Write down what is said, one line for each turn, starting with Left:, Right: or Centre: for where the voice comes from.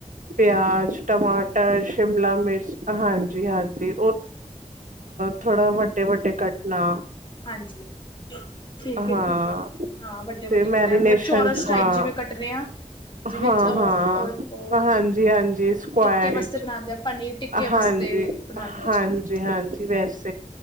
Right: ਪਿਆਜ ਟਮਾਟਰ ਸ਼ਿਮਲਾ ਮਿਰਚ ਹਾਂਜੀ-ਹਾਂਜੀ, ਥੋੜਾ ਵੱਡੇ-ਵੱਡੇ ਕਟਨਾ
Left: ਹਾਂਜੀ ਠੀਕ ਹੈ
Right: ਹਾਂ
Left: ਠੀਕ ਹੈ ਹਾਂ ਵੱਡੇ ਵੱਡੇ
Right: ਤੇ
Left: ਕੱਟਣੇ
Right: ਮੈਰੀਨੇਸ਼ਨ
Left: ਮਤਲਬ ਚੌਰਸ ਟਾਈਪ
Right: ਹਾਂ,
Left: ਜਿਵੇਂ ਕੱਟਣੇ ਆ ਜਿਵੇਂ
Right: ਹਾਂ-ਹਾਂ
Left: ਚ- ਅ ਅ ਉਹ
Right: ਹਾਂਜੀ-ਹਾਂਜੀ ਸਕਰ
Left: ਟਿੱਕੇ ਵਾਸਤੇ ਬਣਾਉਂਦੇ ਆ ਪਨੀਰ ਟਿੱਕੇ
Right: ਹਾਂਜੀ-ਹਾਂਜੀ
Left: ਵਾਸਤੇ ਬਣਾਉਂਦੇ ਆ ਜਿਵੇਂ
Right: ਵੈਸੇ,